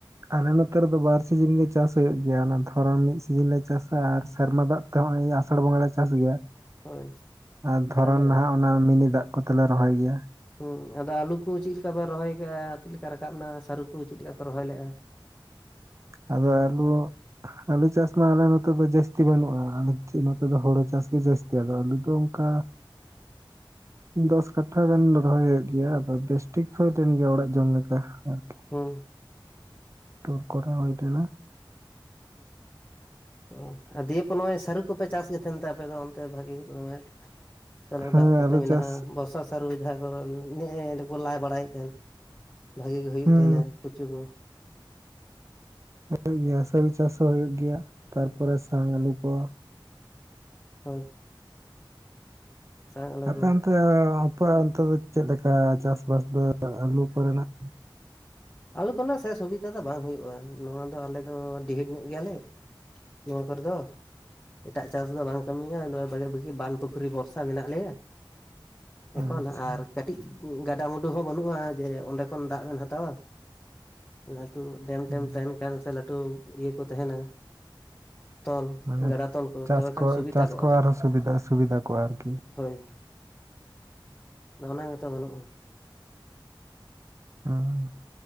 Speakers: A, on the right; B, on the left.
A: ᱟᱞᱮ ᱱᱚᱛᱮ ᱨᱮᱫᱚ ᱵᱟᱨ ᱥᱤᱡᱤᱱ ᱜᱮ ᱪᱟᱥ ᱦᱩᱭᱩᱜ ᱜᱮᱭᱟ ᱚᱱᱟ ᱫᱷᱚᱨᱚᱱ ᱢᱤᱫ ᱥᱤᱡᱤᱱ ᱞᱮ ᱪᱟᱥᱟ ᱟᱨ ᱥᱮᱨᱢᱟ ᱫᱟᱜ ᱛᱮ ᱱᱚᱜᱚᱭ ᱟᱥᱟᱲ ᱵᱚᱸᱜᱟ ᱞᱮ ᱪᱟᱥ ᱜᱮᱭᱟ
B: ᱦᱳᱭ
A: ᱟᱨ ᱫᱷᱚᱨᱚᱱ
B: ᱟᱫᱚ
A: ᱱᱟᱦᱟᱜ ᱚᱱᱟ ᱢᱤᱱᱤ ᱫᱟᱜ ᱠᱚᱛᱮᱞᱮ ᱨᱚᱦᱚᱭ ᱜᱮᱭᱟ
B: ᱦᱩᱸ ᱟᱫᱚ ᱟᱞᱩ ᱠᱚ ᱪᱮᱫ ᱞᱮᱠᱟ ᱯᱮ ᱨᱚᱦᱚᱭ ᱟᱠᱟᱜ-ᱟ ᱪᱮᱫ ᱞᱮᱠᱟ ᱨᱟᱠᱟᱵ ᱮᱱᱟ ᱥᱟᱹᱨᱩ ᱠᱚ ᱪᱮᱫ ᱞᱮᱠᱟ ᱯᱮ ᱨᱚᱦᱚᱭ ᱞᱮᱜ-ᱟ? <unintelligible>
A: ᱟᱫᱚ ᱟᱞᱩ ᱟᱞᱩ ᱪᱟᱥᱢᱟ ᱟᱞᱮ ᱫᱚ ᱡᱟᱹᱥᱛᱤ ᱵᱟᱹᱱᱩᱜ-ᱟ ᱟᱞᱮ ᱫᱚ ᱦᱳᱲᱳ ᱪᱟᱥᱜᱮ ᱡᱟᱹᱥᱛᱤ ᱟᱫᱚ ᱟᱞᱩ ᱫᱚ ᱠᱟ ᱫᱚᱥ ᱠᱟᱴᱷᱟ ᱜᱟᱱ ᱨᱚᱦᱚᱭ ᱦᱩᱭᱩᱜ ᱜᱮᱭᱟ ᱟᱫᱚ ᱵᱮᱥᱴᱷᱤᱠ ᱦᱚᱸ ᱛᱟᱦᱮᱱ ᱜᱮᱭᱟ ᱚᱲᱟᱜ ᱡᱚᱢ ᱞᱮᱠᱟ ᱜᱚᱝᱠᱮ
B: ᱦᱩᱸ
A: ᱴᱩᱨ ᱠᱚ ᱦᱩᱭᱞᱱᱟ
B: ᱛᱚ ᱟᱨ ᱫᱤᱭᱮ ᱯᱚᱨ ᱱᱚᱜᱚᱭ ᱥᱟᱹᱨᱩ ᱠᱚᱯᱮ ᱪᱟᱥ ᱜᱮ ᱛᱟᱦᱮᱱ ᱛᱮ ᱟᱯᱮ ᱫᱚ ᱚᱱᱛᱮ ᱵᱷᱟᱹᱜᱤ ᱫᱚᱢᱮ ᱥᱮᱞᱚ
A: ᱦᱮᱸ
B: ᱫᱟᱜ ᱠᱚᱛᱮ
A: ᱟᱹᱞᱩ
B: ᱢᱮᱱᱟᱜ-ᱟ
A: ᱪᱟᱥ
B: ᱵᱚᱨᱥᱟ ᱥᱩᱨᱩ ᱡᱟᱦᱟ ᱚᱨ ᱱᱮᱜ ᱨᱮᱯᱚ ᱞᱟ ᱵᱟᱲᱟᱭᱮᱜ ᱛᱟᱦᱮᱱ ᱵᱷᱟᱜᱤ ᱜᱮ ᱦᱩᱭᱩᱜ
A: ᱦᱩᱸ
B: ᱛᱟᱦᱮᱱᱟ ᱯᱩᱪᱩ ᱠᱚ
A: ᱦᱩᱭᱩᱜ ᱜᱮᱭᱟ ᱥᱟᱨᱩ ᱪᱟᱥ ᱦᱚᱸ ᱦᱩᱭᱩᱜ ᱜᱮᱭᱟ ᱛᱟᱨᱯᱚᱨᱮ ᱥᱟᱝ ᱟᱞᱩ ᱠᱚ
B: ᱦᱳᱭ ᱥᱟᱝ ᱟᱞᱩ
A: ᱟᱯᱮ
B: ᱠᱚ
A: ᱚᱱᱛᱮ ᱟᱯᱮ ᱚᱱᱛᱮ ᱫᱚ ᱪᱮᱫᱞᱮᱠᱟ ᱪᱟᱥᱵᱟᱥ ᱫᱚ ᱟᱞᱩ ᱠᱚᱨᱮᱱᱟᱜ?
B: ᱟᱞᱮ ᱠᱚᱨᱮᱱᱟᱜ ᱥᱮ ᱥᱩᱵᱤᱫᱟ ᱫᱚ ᱵᱟᱝ ᱦᱩᱭᱩᱜ-ᱟ ᱱᱚᱣᱟ ᱫᱚ ᱟᱞᱮ ᱫᱚ ᱰᱷᱤᱦᱟᱹᱛ ᱧᱚᱜ ᱜᱮᱭᱟᱞᱮ ᱱᱚᱣᱟ ᱠᱚᱨᱮ ᱫᱚ ᱮᱴᱟᱜ ᱪᱟᱥ ᱫᱚ ᱵᱟᱝ ᱠᱟᱹᱢᱤᱭᱟ <unintelligible> ᱵᱟᱱ ᱯᱩᱠᱷᱨᱤ ᱵᱷᱚᱨᱥᱟ ᱢᱮᱱᱟᱜ ᱞᱮᱭᱟ
A: ᱟᱪᱪᱷᱟ
B: ᱮᱠᱷᱚᱱ ᱟᱨ ᱠᱟᱹᱴᱤᱡ ᱜᱟᱰᱟ ᱢᱩᱰᱩ ᱦᱚᱸ ᱵᱟᱹᱱᱩᱜ-ᱟ ᱡᱮ ᱚᱸᱰᱮ ᱠᱷᱚᱱ ᱫᱟᱜ ᱵᱮᱱ ᱦᱟᱛᱟᱣᱟ ᱞᱟᱹᱴᱩ ᱰᱮᱢ
A: ᱦᱩᱸ,
B: ᱴᱮᱢ ᱛᱟᱦᱮᱱ ᱠᱷᱟᱱ ᱥᱮ ᱞᱟᱹᱴᱩ ᱤᱭᱟᱹ ᱠᱚ ᱛᱟᱦᱮᱱᱟ ᱛᱚᱞ
A: ᱢᱟᱱᱮ
B: ᱜᱟᱰᱟ ᱛᱚᱞ ᱠᱚ
A: ᱪᱟᱥ
B: ᱛᱚᱵᱮ ᱠᱷᱟᱱ ᱥᱩᱵᱤᱛᱟ
A: ᱪᱟᱥ
B: ᱠᱚᱜ-ᱟ
A: ᱠᱚ ᱟᱨᱦᱚᱸ ᱥᱩᱵᱤᱫᱷᱟ ᱥᱩᱵᱤᱫᱷᱟ ᱠᱚ ᱟᱨᱠᱤ
B: ᱦᱳᱭ ᱚᱱᱟ ᱜᱮᱛᱚ ᱵᱟᱹᱱᱩᱜ-ᱟ
A: ᱦᱩᱸ